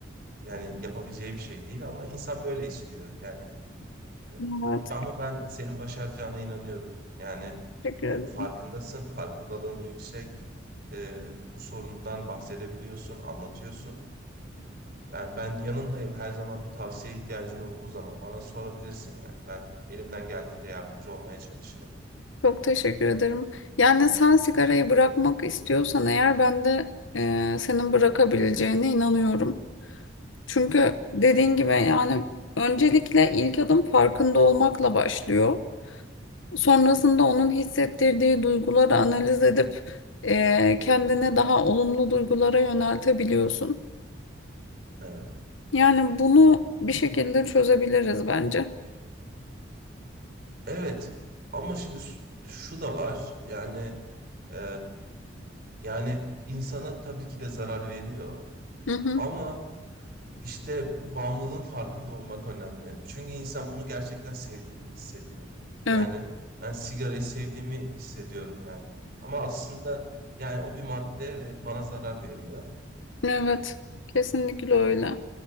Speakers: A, on the right; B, on the left.
A: yani yapabileceği bir şey değil ama insan böyle istiyor. Yani e,
B: Evet.
A: ama ben senin başaracağına inanıyorum. Yani
B: Teşekkür ederim.
A: e, farkındasın, farkındalığın yüksek. E, bu sorundan bahsedebiliyorsun, anlatıyorsun. Ben ben yanındayım. Her zaman bir tavsiye ihtiyacın olduğu zaman bana sorabilirsin yani. Ben elimden geldiğince yardımcı olmaya çalışırım.
B: Çok teşekkür ederim. Yani sen sigarayı bırakmak istiyorsan eğer ben de e, senin bırakabileceğine inanıyorum. Çünkü dediğin gibi yani öncelikle ilk adım farkında olmakla başlıyor. Sonrasında onun hissettirdiği duyguları analiz edip eee kendini daha olumlu duygulara yöneltebiliyorsun.
A: Evet.
B: Yani bunu bir şekilde çözebiliriz bence.
A: Evet. Ama şimdi şu şu da var. Yani e, yani insana tabii ki de zarar veriyor.
B: Hı hı.
A: Ama İşte bu bağımlılığın farkında olmak önemli. Çünkü insan bunu gerçekten sevdiğini hissediyor. Yani
B: Evet,
A: ben sigarayı sevdiğimi hissediyorum yani. Ama aslında yani o bir madde ve bana zarar veriyor.
B: evet, kesinlikle öyle.